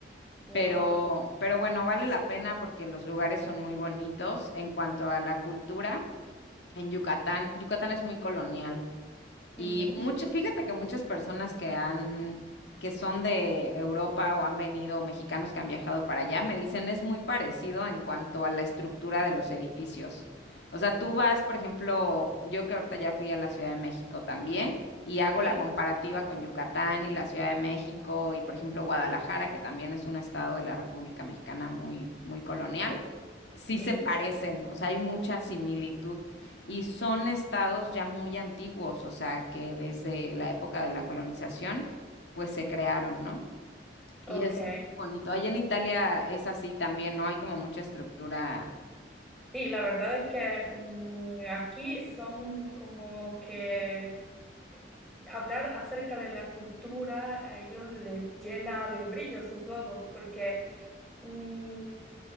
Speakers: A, in the centre; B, on the left.
A: wow.
B: Pero, pero bueno, vale la pena porque los lugares son muy bonitos. En cuanto a la cultura, en Yucatán, Yucatán es muy colonial. Y
A: Ujú.
B: mucho, fíjate que muchas personas que han, que son de Europa o han venido, mexicanos que han viajado para allá, me dicen es muy parecido en cuanto a la estructura de los edificios. O sea, tú vas, por ejemplo, yo que ahorita ya fui a la Ciudad de México también y hago
A: Sí,
B: la comparativa con Yucatán y la Ciudad de México y, por ejemplo, Guadalajara, que también es un estado de la República Mexicana muy, muy colonial sí
A: sí.
B: se parecen, o sea, hay mucha similitud y son estados ya muy antiguos, o sea, que desde la época de la colonización, pues se crearon, ¿no?
A: Ok.
B: Y es, es muy bonito. Allá en Italia es así también, ¿no? Hay como mucha estructura
A: Sí, la verdad es que mm, aquí son como que hablar acerca de la cultura a ellos les llena de brillo sus ojos porque mm,